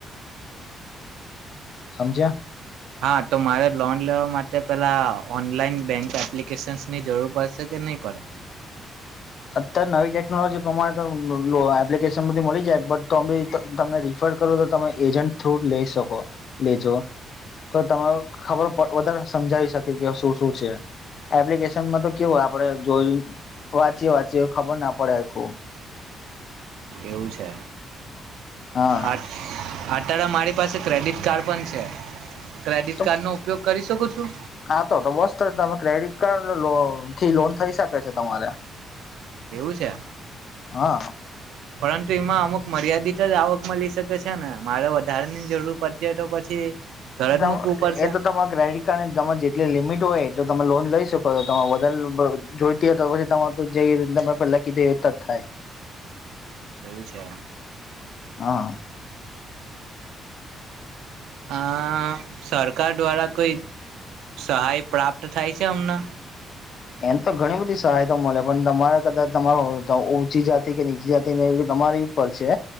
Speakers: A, on the left; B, on the right.
A: સમજ્યા.
B: હા તો મારે લોન લેવા માટે પેલા ઓનલાઈન બેંક એપ્લિકેશન્સની જરૂર પડશે કે નહી પડે?
A: અત્યારે નવી ટેકનોલોજી પ્રમાણે તો લો એપ્લિકેશન માંથી મળી જાય છ બટ તો બી ત તમને રીફર કરું તો તમે એજન્ટ થ્રુ જ લઈ શકો લેજો તો તમારે ખબર પ વધારે સમજાવી શકે કે શું શું છે એપ્લિકેશનમાં તો કેવું આપડે જોઇન વાત જે વાચ્યું હોય ખબર ના પડે હરખુ.
B: એવું છે.
A: હા
B: આ અટારે મારી પાસે ક્રેડિટ કાર્ડ પણ છે. ક્રેડિટ
A: તો
B: કાર્ડનો ઉપયોગ કરી શકું છું
A: હા તો તો બસ ત તમે ક્રેડિટ કાર્ડ લો થી લોન થઈ શકે છે તમારે
B: એવું છે.
A: હા
B: પરંતુ એમાં અમુક મર્યાદિત જ આવક મલી શકે છે ને મારે વધારાની જરૂર પડતી હોય તો પછી ઘર
A: ગણું
B: જ મૂકવું પડશે
A: એ તો તમારા ક્રેડિટ કાર્ડ ની તમારે જેટલી લિમિટ હોય એટલું તમે લોન લઈ શકો છો, તમારે વધારે લો જોઈતી તો પછી તમારે જેવી રીતના મેં પેલા કીધી એ રીતના જ થાય.
B: એવું છે.
A: હા.
B: આ સરકાર દ્વારા કોઈ સહાય પ્રાપ્ત થાય છે અમને
A: એમ તો ઘણી બધી સહાયતા મળે પણ તમારે કદાચ તમારું ત ઉચી જાતિ કે નીચી જાતિ ને એવું તમારી ઉપર છે